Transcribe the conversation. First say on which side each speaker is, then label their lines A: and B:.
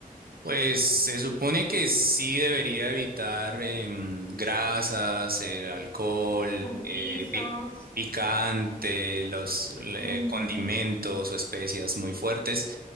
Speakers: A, on the right; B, on the left.
A: Pues se supone que sí debería evitar em, grasas, el alcohol,
B: los guisos?
A: eh, pic- picante, los le-
B: Mm,
A: condimentos o especias muy fuertes.